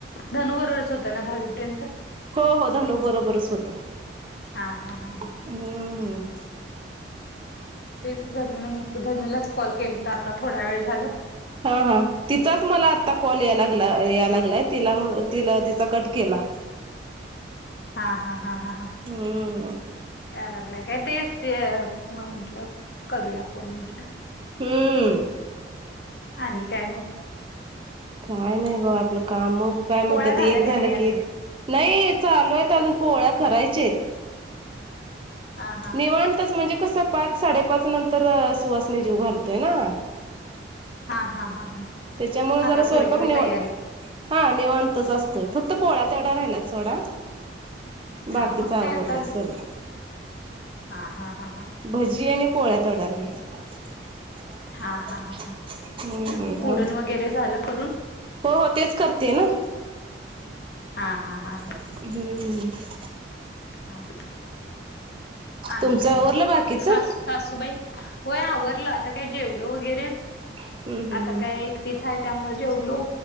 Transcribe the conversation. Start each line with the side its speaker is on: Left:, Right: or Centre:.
Left: धनु बरोबरच होता ना दहावीपर्यंत.
Right: हो हो धनू बरोबरच होतो.
Left: हा हा हा हा
Right: हम्म
Left: तेच धनु नक धनूलाच कॉल केलं तर आता थोडा वेळ झाल.
Right: हा हा तिचाच मला आता कॉल यायला. या लागला तिला- तिला तिचा कट केला.
Left: हा हा हा हा.
Right: हम्
Left: या लागलंय काय तेच ते मग म्हटलं करूया फोन म्हटल.
Right: हम्म <inaudible>
Left: आणि काय मग
Right: काय नाही बघ आपलं काम काय म्हणत्यात
Left: पोळ्या झाल्या
Right: ते एक झाल
Left: का नाही अजून?
Right: कि, नाही चालू आहेत अजून पोळ्या करायच्या आहेत.
Left: हा हा
Right: निवांतच म्हणजे कसं पाच साडेपाच नंतर सुवासनी जीव घालतोय ना.
Left: हा हा हा हा
Right: त्याच्यामुळे जरा
Left: आता
Right: स्वयंपाक
Left: थोडी थोडी
Right: नि-
Left: तयारी
Right: हा निवांतच असतोय फक्त पोळ्या तेवढा राहिला थोडया बाकीचं
Left: हा मग
Right: आवरलय
Left: काय आता
Right: सगळं.
Left: हा. हा. हा. हा.
Right: भजी आणि पोळ्या तेवढ्या राहिल्यात. हम्
Left: हा हा हा हा
Right: <unintelligible>
Left: पुरण वगैरे झालं करून.
Right: हो, हो, तेच करतेय ना.
Left: हा. हा. हा.
Right: हम्म हम्म <unintelligible>
Left: हा आणि
Right: तुमच
Left: काय
Right: आवरलं
Left: मग
Right: बाकीच?
Left: सास सासूबाई. होय, आवरलं आता काय जेवल वगैरे
Right: हम्म हम्म
Left: आता
Right: हम्म
Left: काय- तिच आहे त्यामुळे जेवलो,